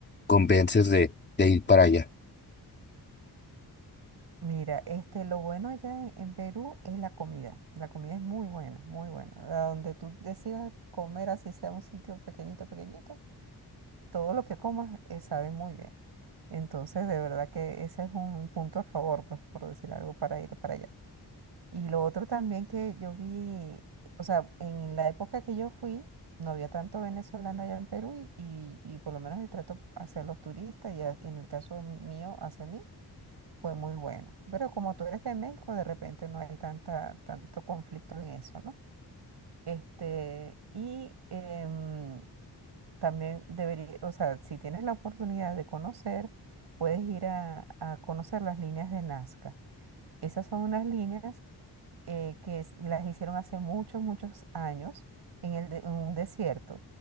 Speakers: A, on the left; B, on the right.
A: convences de, de ir para allá.
B: Mira, este, lo bueno allá en, en Perú es la comida. La comida es muy buena, muy buena. A donde tú decidas comer, así sea un sitio pequeñito, pequeñito, todo lo que comas eh, sabe muy bien. Entonces, de verdad que ese es un punto a favor, pues, por decir algo, para ir para allá. Y lo otro también que yo vi, o sea, en la época que yo fui, no había tanto venezolano allá en Perú y, y- y por lo menos el trato hacia los turistas y a- en el caso mío hacia mí fue muy bueno. Pero como tú eres de México, de repente no hay tanta, tanto conflicto en eso, ¿no? Este, y em, también debería, o sea, si tienes la oportunidad de conocer, puedes ir a, a conocer las líneas de Nazca. Esas son unas líneas eh, que es- las hicieron hace muchos, muchos años en, el de- en un desierto